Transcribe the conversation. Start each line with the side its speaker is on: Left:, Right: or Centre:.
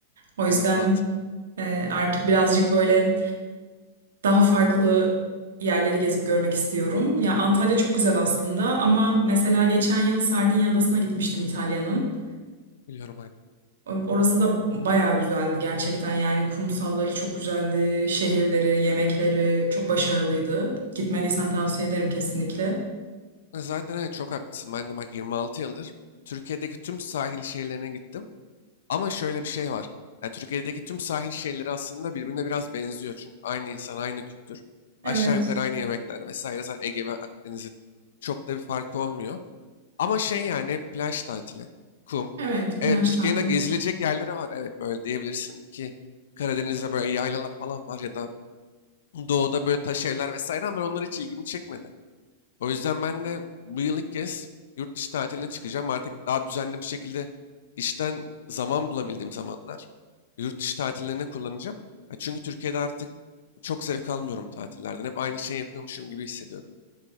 Right: O yüzden
Left: evet mantıklı.
Right: e, artık birazcık böyle daha farklı yerleri gezip görmek istiyorum. Ya Antalya çok güzel aslında ama mesela geçen yıl Sardinya Adası'na gitmiştim İtalya'nın.
Left: Biliyorum aynı.
Right: Orası da bayağı güzeldi gerçekten yani kumsalları çok güzeldi, şehirleri, yemekleri çok başarılıydı. Gitmediysen tavsiye ederim kesinlikle.
Left: E, Zaten evet çok haklısın. Ben de bak 26 yıldır Türkiye'deki tüm sahil şehirlerine gittim. Ama şöyle bir şey var. Yani Türkiye'deki tüm sahil şehirleri aslında birbirine biraz benziyor çünkü. Aynı insan, aynı kültür.
Right: Evet,
Left: Aşağı yukarı aynı yemekler vesaire. Zaten Ege ve Akdeniz'in çok da bir farkı olmuyor. Ama şey yani plaj tatili, kum.
Right: evet
Left: Evet
Right: plaj
Left: Türkiye'nin
Right: tatili.
Left: de gezilecek yerleri var. Evet böyle diyebilirsin ki Karadeniz'de böyle yaylalar falan var ya da doğuda böyle taş evler vesaire ama onlar hiç ilgimi çekmedi. O yüzden ben de bu yıl ilk kez yurt dışı tatiline çıkacağım. Artık daha düzenli bir şekilde işten zaman bulabildiğim zamanlar yurt dışı tatillerine kullanacağım. Ya Çünkü Türkiye'de artık çok zevk almıyorum tatillerden. Hep aynı şeyi yapıyormuşum gibi hissediyorum.